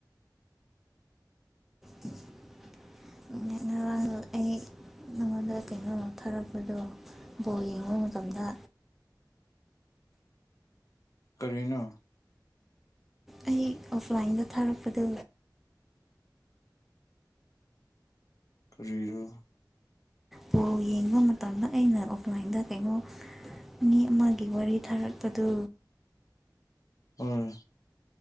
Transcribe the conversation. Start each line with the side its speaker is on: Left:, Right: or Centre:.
Centre: <unintelligible> ꯑꯩ ꯅꯉꯣꯟꯗ ꯀꯩꯅꯣ ꯊꯥꯔꯛꯄꯗꯣ ꯕꯣꯜ ꯌꯦꯡꯕ ꯃꯇꯝꯗ
Left: ꯀꯔꯤꯅꯣ
Centre: ꯑꯩ ꯑꯣꯐꯂꯥꯏꯟꯗ ꯊꯥꯔꯛꯄꯗꯣ
Left: ꯀꯔꯤꯔ
Centre: ꯕꯣꯜ ꯌꯦꯡꯕ ꯃꯇꯝꯗ ꯑꯩꯅ ꯑꯣꯐꯂꯥꯏꯟꯗ ꯀꯩꯅꯣ ꯃꯤ ꯑꯃꯒꯤ ꯋꯥꯔꯤ ꯊꯥꯔꯛꯄꯗꯨ
Left: ꯑꯣꯏ